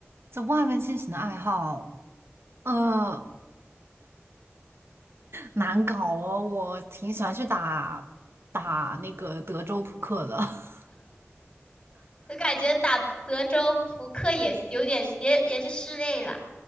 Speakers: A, on the right (about 60°); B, on the left (about 20°).
A: 在外面进行的爱好，呃，难搞哦，我挺喜欢去打打那个德州扑克的。<laughs>
B: 就感觉打德州扑克也有点也也是室内啦。